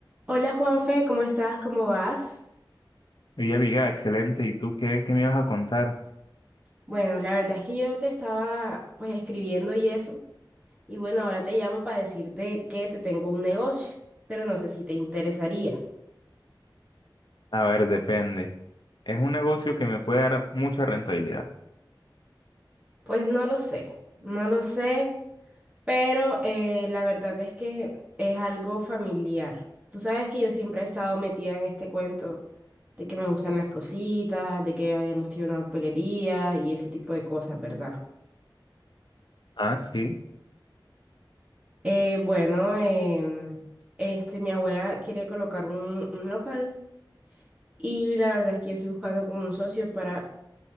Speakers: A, on the right; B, on the left.
A: Hola Juanfe, ¿cómo estás? ¿Cómo vas?
B: Viga, excelente. ¿Y tú qué, qué me ibas a contar?
A: Bueno, la verdad es que yo te estaba pues escribiendo y eso, y bueno, ahora te llamo para decirte que te tengo un negocio, pero no sé si te interesaría.
B: A ver, depende. Es un negocio que me puede dar mucha rentabilidad.
A: Pues no lo sé, no lo sé, pero eh, la verdad es que es algo familiar. Tú sabes que yo siempre he estado metida en este cuento de que me gustan las cositas, de que habíamos tenido una papelería y ese tipo de cosas, ¿verdad?
B: Ah, sí.
A: Eh, bueno, em, este, mi abuela quiere colocar un, un local y la verdad es que yo estoy buscando como un socio para